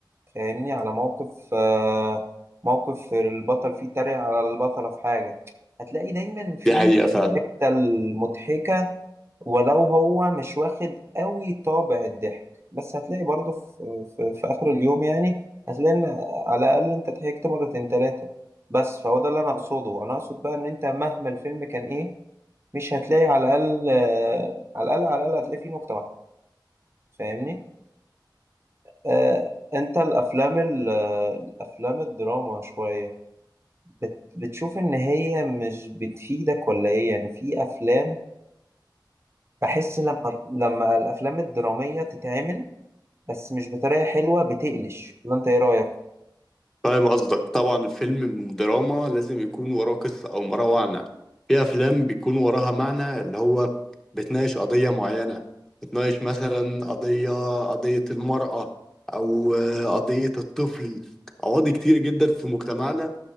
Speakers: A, on the right (about 30°); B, in the centre.
A: فاهمني على موقف آه، موقف البطل فيه تريق على البطله في حاجه هتلاقي دايما في
B: دي حقيقه فعلا
A: الحتة المضحكه ولو هو مش واخد قوي طابع الضحك بس هتلاقي برضه في, في, في آخر اليوم يعني هتلاقي إن على الأقل أنت ضحكت مرتين تلاتة بس فهو ده اللي أنا أقصده أنا أقصد بقى إن أنت مهما الفيلم كان إيه مش هتلاقي على الأقل آه، على الأقل على الأقل هتلاقي فيه نكتة واحدة فاهمني؟ آه أنت الأفلام ال- آه، الأفلام الدراما شوية بت بتشوف إن هي مش بتفيدك ولا إيه يعني في أفلام بحس لما لما الأفلام الدرامية تتعمل بس مش بطريقة حلوة بتقلش ولا انت ايه رأيك؟
B: فاهم قصدك طبعا الفيلم دراما لازم يكون وراه قصة أو وراه معنى في أفلام بيكون وراها معنى اللي هو بتناقش قضية معينة بتناقش مثلا قضية قضية المرأة أو آه، قضية الطفل قواضي كتير جدا في مجتمعنا